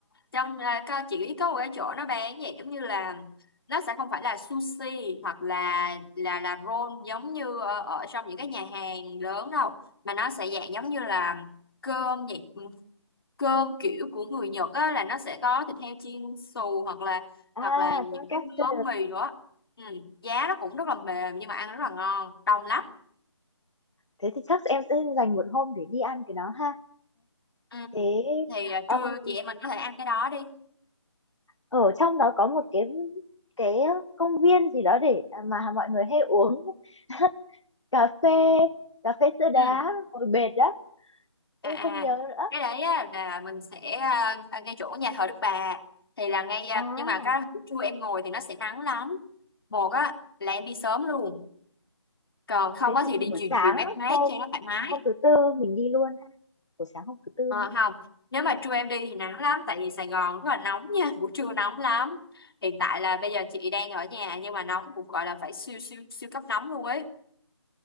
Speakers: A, on the left; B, on the left.
A: trong à, có chỉ có một cái chỗ nó bán vậy giống như là nó sẽ không phải là sushi hoặc là là là roll giống như ờ, ở trong những cái nhà hàng lớn đâu mà nó sẽ dạng giống như là cơm vậy ừ, cơm kiểu của người Nhật á là nó sẽ có thịt heo chiên xù hoặc là hoặc
B: à
A: là những
B: tonkatsu
A: cái món mì nữa ừ, giá nó cũng rất là mềm nhưng mà ăn rất là ngon đông lắm
B: thế thì chắc em sẽ dành một hôm để đi ăn cái đó ha
A: ừ.
B: thế
A: thì à,
B: um,
A: trưa chị em mình có thể ăn cái đó đi
B: ở trong đó có một cái cái công viên gì đó để à, mà mọi người hay uống <laughs> cà phê cà phê sữa đá
A: ừ.
B: ngồi bệt đó em
A: à à
B: không nhớ nữa
A: cái đấy á, là mình sẽ à, à, ngay chỗ nhà thờ Đức Bà thì là ngay à,
B: à
A: nhưng mà cái buổi trưa em ngồi thì nó sẽ nắng lắm một á là em đi sớm luôn còn không
B: thế
A: á
B: thì
A: thì đi
B: buổi
A: chiều
B: sáng
A: chiều mát mát
B: hôm
A: cho nó thoải mái
B: hôm thứ tư mình đi luôn ha buổi sáng hôm thứ tư
A: Ờ,
B: ha
A: không nếu mà trưa em đi thì nắng lắm tại vì Sài Gòn rất là nóng nha <laughs> buổi trưa nóng lắm hiện tại là bây giờ chị đang ở nhà nhưng mà nóng cũng gọi là phải siêu siêu siêu cấp nóng luôn ấy